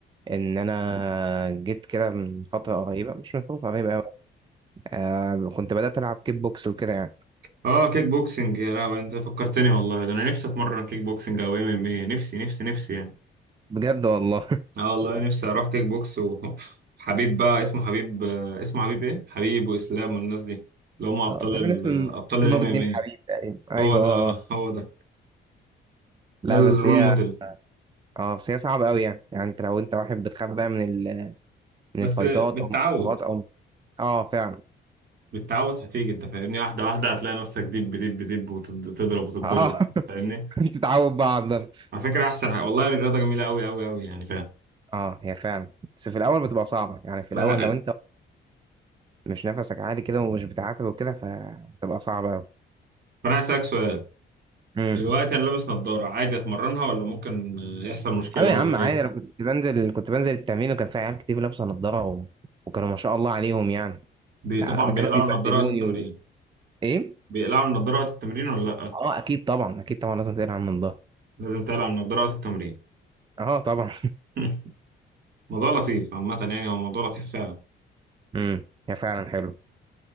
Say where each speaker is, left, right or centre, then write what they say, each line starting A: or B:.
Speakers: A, on the right; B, on the right.
A: ان انا جيت كده من فتره قريبه مش من فتره قريبه قوي آه كنت بدات العب كيك بوكس وكده يعني
B: اه كيك بوكسنج يا لهوي انت فكرتني والله ده انا نفسي اتمرن كيك بوكسنج او ام ام ايه نفسي نفسي نفسي يعني
A: بجد والله
B: اه والله
A: <laughs>
B: نفسي اروح كيك بوكس وحبيب <laughs> بقى اسمه حبيب آه، اسمه حبيب ايه حبيب واسلام والناس دي اللي هم ابطال
A: اه تقريبا
B: ال
A: اسمه
B: آه، ابطال
A: اسمه
B: الام
A: نور الدين
B: ام ايه
A: حبيب تقريبا ايوه
B: هو ده
A: اه آه.
B: هو ده
A: لا
B: ده الرول
A: بس هي
B: موديل
A: اه بس هي صعبه قوي يعني يعني انت لو انت واحد بتخاف بقى من من
B: بس
A: الفايتات
B: بالتعود
A: او من الإصابات او اه فعلا
B: بالتعود هتيجي انت فاهمني واحده واحده هتلاقي نفسك دب دب دب وتضرب وتتضرب
A: اه
B: انت فاهمني
A: <laughs> تتعود بقى على الضغط
B: على فكره احسن حاجة. والله الرياضه جميله قوي قوي قوي يعني فاهم
A: اه هي فعلا بس في الاول بتبقى صعبه يعني في
B: ما
A: الاول
B: انا
A: لو انت مش نفسك عالي كده ومش بتعافى وكده فبتبقى صعبه قوي
B: ما انا هسألك سؤال
A: امم
B: دلوقتي انا لابس نظارة عادي اتمرنها ولا ممكن آه، يحصل مشكلة
A: ايوه يا
B: ولا
A: عم
B: ايه
A: عادي انا كنت بنزل كنت بنزل التمرين وكان في عيال كتير لابسه نضاره و... وكانوا ما شاء الله عليهم يعني
B: بي
A: لا
B: طبعا
A: ده كانوا
B: بيقلعوا
A: بيبهدلوني
B: النظارة وقت التمرين
A: و... ايه
B: بيقلعوا النظارة وقت التمرين ولا لا
A: اه اكيد طبعا اكيد طبعا لازم تقلع عن الضهر
B: لازم تقلع النظارة وقت التمرين
A: اه طبعا
B: <laughs> موضوع لطيف عامة يعني هو موضوع لطيف فعلا
A: امم هي فعلا حلو